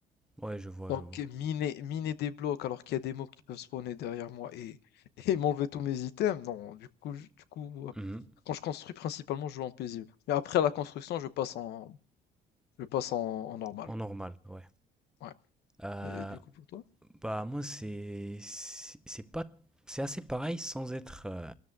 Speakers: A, in the centre; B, on the left (about 75°).
A: Ouais, je vois,
B: Donc
A: je vois.
B: miner miner des blocs alors qu'il y a des mobs qui peuvent spawner derrière moi et <laughs> et m'enlever tous mes items. Non, du coup, je- du coup, euh,
A: Mhm.
B: quand je construis principalement, je joue en paisible. Mais après à la construction, je passe en je passe en, en normal.
A: En normal, ouais.
B: Ouais.
A: Euh,
B: Et du coup pour toi?
A: Bah, moi, c'est c'est c'est pas c'est assez pareil sans être euh,